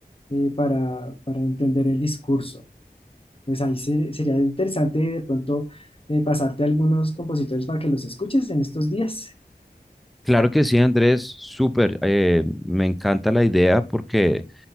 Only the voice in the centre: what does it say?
Claro que sí, Andrés, súper, eh, me encanta la idea porque